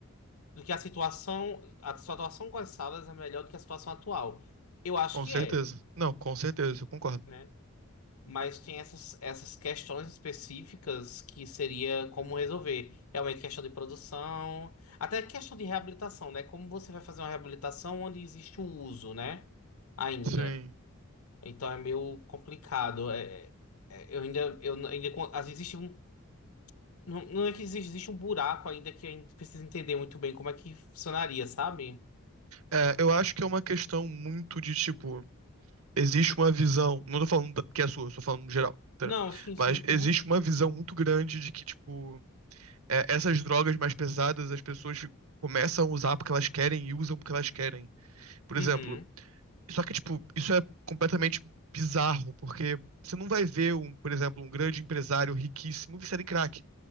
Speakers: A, on the left (about 85°); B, on the right (about 75°).
A: do que a situação a situação com as salas é melhor do que a situação atual. Eu acho
B: Com
A: que
B: certeza.
A: é,
B: Não, com certeza, eu concordo.
A: né? Mas tem essas, essas questões específicas que seria como resolver. Realmente questão de produção, até questão de reabilitação, né? Como você vai fazer uma reabilitação onde existe o uso, né? Ainda.
B: Sim.
A: Então é meio complicado. É, é- é, eu ainda, eu ainda, con- às vezes existe um, não, não é que existe, existe um buraco ainda que a gente precisa entender muito bem como é que funcionaria, sabe?
B: É, eu acho que é uma questão muito de tipo, existe uma visão, não tô falando da- que é sua, tô falando no geral, entendeu?
A: Não, sim, sim.
B: Mas existe
A: Uhum.
B: uma visão muito grande de que, tipo, é, essas drogas mais pesadas as pessoas fi- começam a usar porque elas querem e usam porque elas querem. Por
A: Uhum.
B: exemplo, só que, tipo, isso é completamente bizarro, porque você não vai ver um, por exemplo, um grande empresário riquíssimo viciado em crack.